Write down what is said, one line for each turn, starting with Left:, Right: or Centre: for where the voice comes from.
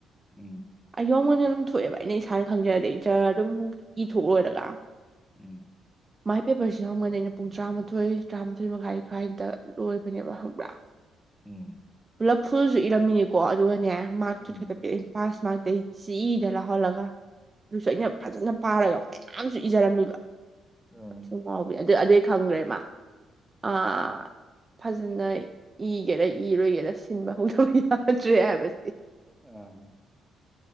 Centre: ꯎꯝ
Right: <unintelligible> ꯊꯣꯛꯑꯦꯕ ꯑꯩꯅ ꯏꯁꯥꯅ ꯈꯪꯖꯔꯗꯤ ꯖꯔ ꯑꯗꯨꯝ ꯏꯊꯣꯛꯂꯣꯏꯔꯒ
Centre: ꯎꯝ
Right: ꯃꯥꯏ ꯄꯦꯄꯔꯁꯤ ꯍꯪꯒꯅꯤ ꯑꯩꯅ ꯄꯨꯡ ꯇꯔꯥꯃꯥꯊꯣꯏ ꯇꯔꯥꯃꯥꯊꯣꯏ ꯃꯈꯥꯏ ꯁ꯭ꯋꯥꯏꯗ ꯂꯣꯏꯕꯅꯦꯕ ꯈꯪꯕ꯭ꯔꯥ
Centre: ꯎꯝ
Right: ꯄꯨꯂꯞ ꯐꯨꯜꯁꯨ ꯏꯔꯝꯃꯤꯅꯤꯀꯣ ꯑꯗꯨꯒꯅꯦ ꯃꯥꯔ꯭ꯛ
Centre: ꯎꯝ
Right: ꯊꯨꯠ ꯈꯛꯇ ꯄꯤꯔꯛꯏꯝ ꯄꯥꯁ ꯃꯥꯔ꯭ꯛꯇꯩ ꯆꯤ <unintelligible> ꯂꯥꯎꯍꯜꯂꯒ ꯑꯗꯨꯁꯨ ꯑꯩꯅ ꯐꯖꯅ ꯄꯥꯔꯒ ꯃꯌꯥꯝꯁꯨ ꯏꯖꯔꯝꯃꯤꯕ <unintelligible>
Centre: ꯑꯥ
Right: ꯑꯗꯨ ꯑꯗꯨꯩ ꯈꯪꯒ꯭ꯔꯦ ꯃꯥ ꯑꯥ ꯐꯖꯅ ꯏꯒꯦꯔ ꯏꯔꯣꯏꯒꯦꯔꯥ ꯁꯤꯟꯕ ꯍꯧꯗꯕ ꯌꯥꯗ꯭ꯔꯦ ꯍꯥꯏꯕꯁꯦ
Centre: <unintelligible>